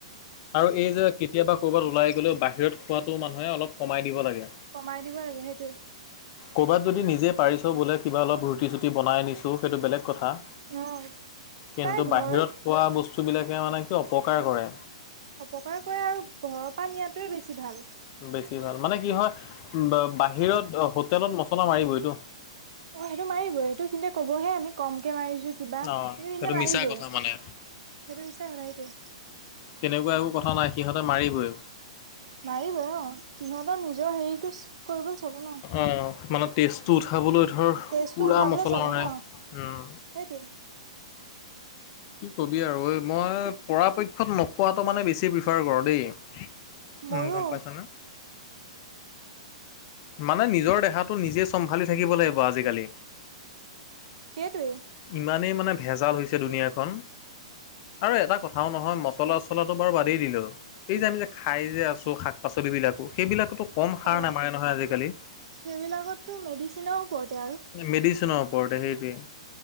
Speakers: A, on the left (about 45°); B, on the right (about 65°).
A: আৰু এই যে কেতিয়াবা ক'ৰবাত ওলাই গ'লেও বাহিৰত খোৱাটো মানুহে অলপ কমাই দিব লাগে।
B: কমাই দিব লাগে সেইটোয়ে।
A: ক'ৰবাত যদি নিজে পাৰিছ বোলে কিবা অলপ ৰুটি চুটি বনাই আনিছো সেইটো বেলেগ কথা।
B: অ',
A: কিন্তু
B: প্ৰায় ঘৰ
A: বাহিৰত খোৱা বস্তু বিলাকে মানে কি অপকাৰ কৰে।
B: অপকাৰ কৰে আৰু ঘৰৰ পৰা নিয়াতোৱে বেছি ভাল।
A: বেছি ভাল, মানে কি হয় বাহিৰত হোটেলত মছলা মাৰিবইটো।
B: অ' হেইটো মাৰিবই সেইটো কিন্তু ক'বহে আমি ক'মকে মাৰিছো কিবা
A: অ
B: কিন্তু
A: সেইটো
B: মাৰিবই।
A: মিছা কথা মানে
B: হেইটো মিছা কথা, সেইটোৱেই।
A: তেনেকুৱা একো কথা নাই সিহঁতে মাৰিবই।
B: মাৰিবই অ', সিহঁতে নিজৰ হেৰিটোচ কৰিবলৈ চাব ন।
A: অঁ মানে টেষ্টটো উঠাবলৈ ধৰ
B: টেষ্টো
A: পুৰা
B: উঠাবলৈ
A: মছলা
B: চাব
A: মাৰে
B: ন
A: উম।
B: হেইটোৱে।
A: কি কবি আৰু ঐ মই পৰাপক্ষত নোখোৱাটো মানে বেছি প্ৰিফাৰ কৰো দেই। উম,
B: ময়ো
A: গ'ম পাইছ ন? মানে নিজৰ দেহাটো নিজে চম্ভালি থাকিব লাগিব আজিকালি।
B: সেইটোৱে
A: ইমানেই মানে ভেজাল হৈছে দুুনীয়াখন। আৰু এটা কথাও নহয়, মছলা চছলাটো বাৰু বাদেই দিলো। এই যে আমি যে খাই যে আছো শাক পাচলিব বিলাকো সেইবিলাকতো ক'ম সাৰ
B: অ
A: নামাৰে নহয় আজিকালি।
B: সেইবিলাকতো মেডিচিনৰ ওপৰতে আৰু
A: মেডিচিনৰ ওপৰতে হেইটোৱে।